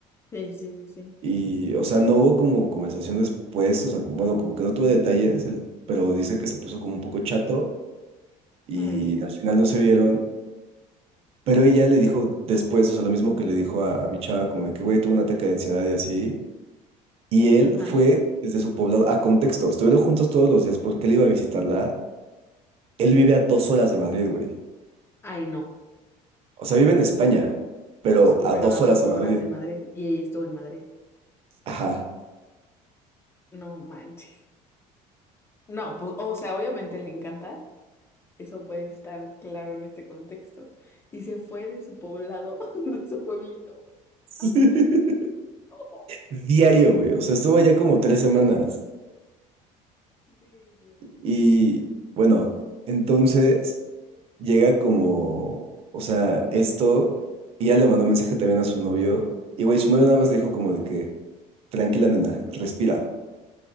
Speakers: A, on the left; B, on the right.
A: Sí, sí, sí, sí.
B: Y, o sea, no hubo como conversación después, o sea, como- bueno, como que no tuve detalles, el- pero dice que se puso como un poco chato. y
A: Mm,
B: al final no se vieron, pero ella le dijo después, o sea, lo mismo que le dijo a, a mi chava, como de que, güey, tuve un ataque de ansiedad y así, y él
A: Ajá.
B: fue desde su poblado, a contexto, estuvieron juntos todos los días porque él iba a visitarla, él vive a dos horas de Madrid, güey,
A: Ay, no.
B: o sea, vive en España, pero
A: Sí,
B: a
A: pero
B: dos
A: a dos
B: horas de
A: horas
B: Madrid,
A: de Madrid y ella estuvo en Madrid.
B: ajá.
A: No manches. No, pues, o sea, obviamente le encanta. Eso puede estar claro en este contexto. Y se fue de su poblado, <laughs> de su pueblito, a
B: <laughs>
A: verla. <laughs> ¡Oh!
B: Diario, güey. O sea, estuvo allá como tres semanas.
A: bello.
B: Y bueno, entonces llega como, o sea, esto, y ya le mandó un mensaje también a su novio, y güey, su novio nada más le dijo como de
A: Jiji.
B: que, tranquila nena, respira.